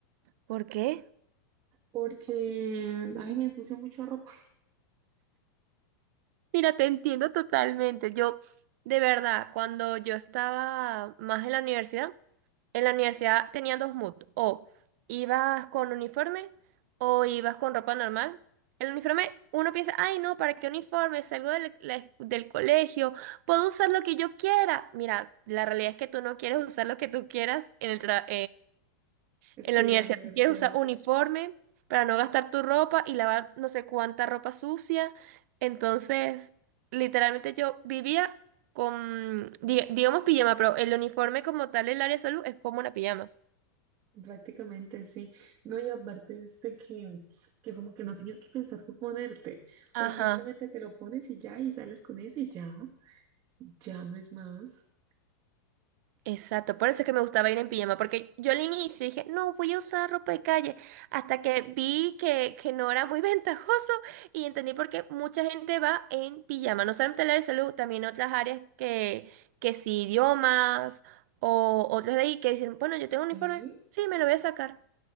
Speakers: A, on the right; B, on the right.
A: ¿Por qué?
B: porque, ay, me ensucio mucha ropa. <laughs>
A: Mira, te entiendo totalmente. Yo, de verdad, cuando yo estaba más en la universidad, En la universidad tenían dos moods, o ibas con uniforme o ibas con ropa normal. El uniforme, uno piensa, ay no, ¿para qué uniforme? Salgo del, la- del colegio, puedo usar lo que yo quiera. Mira, la realidad es que tú no quieres usar lo que tú quieras en el trabajo
B: Sí,
A: en la universidad
B: en la universidad.
A: tú quieres usar uniforme para no gastar tu ropa y lavar no sé cuánta ropa sucia. Entonces, literalmente yo vivía con, diga- digamos, pijama, pero el uniforme como tal, el área de salud es como una pijama.
B: Prácticamente sí. No, y aparte este que, que como que no tienes que pensar qué ponerte. O sea,
A: Ajá.
B: simplemente te lo pones y ya, y sales con eso y ya. Y ya no es más.
A: Exacto, por eso es que me gustaba ir en pijama, porque yo al inicio dije, no, voy a usar ropa de calle, hasta que vi que, que no era muy <laughs> ventajoso y entendí por qué mucha gente va en pijama, no solamente el área de salud, también otras áreas que, que sí, idiomas o otros de ahí que dicen, bueno, yo tengo un uniforme,
B: Sí.
A: sí, me lo voy a sacar,